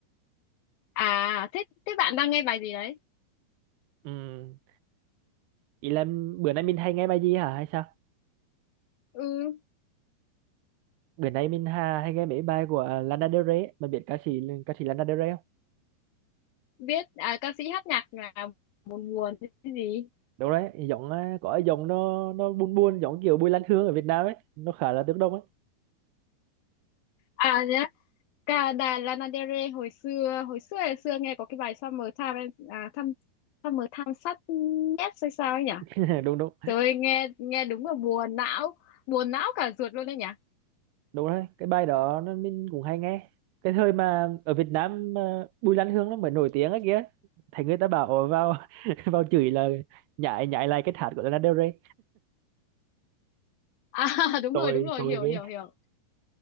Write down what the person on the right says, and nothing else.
Ừm, ý là bữa nay mình hay nghe bài gì hả hay sao
bữa nay mình ha, hay nghe mấy bài của à, Lana Del Rey ấy. mình biết ca sĩ ca sĩ Lana Del Rey không
đúng đấy giọng à, có cái giọng nó nó buồn buồn giọng kiểu Bùi Lan Hương ở Việt Nam ấy nó khá là tiếng Đông ấy
<laughs> đúng đúng
đúng đấy cái bài đó nó mình cũng hay nghe cái thời mà ở Việt Nam mà Bùi Lan Hương nó mới nổi tiếng ấy kìa thấy người ta bảo "Ồ, vào <laughs> vào chửi là nhại nhại lại cái hát của Lana Del Rey
tôi
tôi
cái